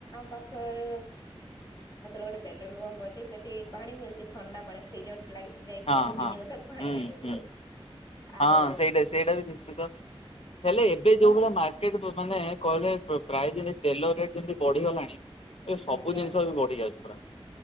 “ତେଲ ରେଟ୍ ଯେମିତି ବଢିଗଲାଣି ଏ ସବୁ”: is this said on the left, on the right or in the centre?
Left